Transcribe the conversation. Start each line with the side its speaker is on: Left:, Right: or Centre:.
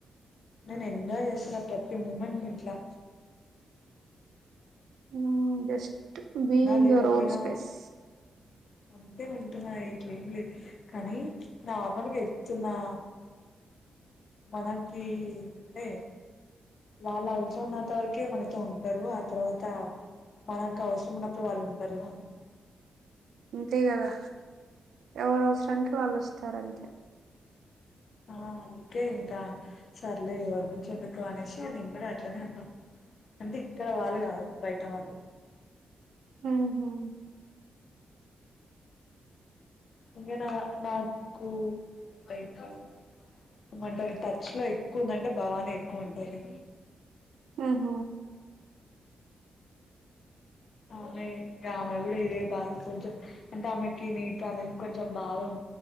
Left: నేను ఎంజాయ్ చేసిన ప్రతి మూమెంట్ ఇంట్లా
Right: um just be in
Left: లేకపోయినా
Right: your own స్పేస్
Left: అంతే ఉంటున్నా ఇట్లేం లేదు కానీ, నార్మల్గా ఎప్తున్నా మనకి అంటే వాళ్ళ అవసరం ఉన్నంత వరకే మనతో ఉంటారు, ఆ తర్వాత మనకు అవసరం ఉన్నప్పుడు, వాళ్ళు ఉండరు అని.
Right: అంతే కదా, ఎవరు అవసరానికి వాళ్ళు వస్తారంతే.
Left: ఆ అందుకే ఇంకా సర్లే ఎవర్ గుంచి ఎందుకు అనేసి నేను కూడా అట్లనే ఉన్న. అంటే ఇక్కడ వాళ్ళు కాదు, బయట వాళ్ళు
Right: హ హ్మ్
Left: ఇగనా నాగుకు లైట్ గా ఏం అంటారు, టచ్ లో ఎక్కువ ఉందంటే భావానే ఎక్కువ ఉంటది.
Right: ఆహ
Left: ఆమయి ఇంకామయి కూడా ఇదే బాధ, కొంచెం అంటే ఆమెకి నీతోలన్ కొంచెం బాధ ఉం